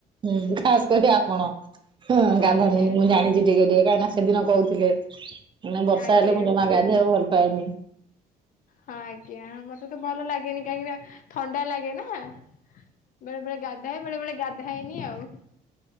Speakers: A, on the right; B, on the left.
A: ହୁଁ ଖାସ୍ କରି ଆପଣ ହୁଁ ଗାଧନି
B: ଆଜ୍ଞା
A: ମୁଁ ଜାଣିଛି ଟିକେ-ଟିକେ କାହିଁକି ନା ସେଦିନ କହୁଥିଲେ ମାନେ ବର୍ଷା
B: ଆଜ୍ଞା
A: ହେଲେ ମୁଁ ଜମା ଗାଧେଇବାକୁ ଭଲ ପାଏନି।
B: ହଁ ଆଜ୍ଞା ମତେ ତ ଭଲ ଲାଗେନି କାହିଁକି ନା ଥଣ୍ଡା ଲାଗେ ନା। ଆଁ ବେଳେ-ବେଳେ ଗାଧଏ ବେଳେ-ବେଳେ ଗାଧାଏନି ଆଉ।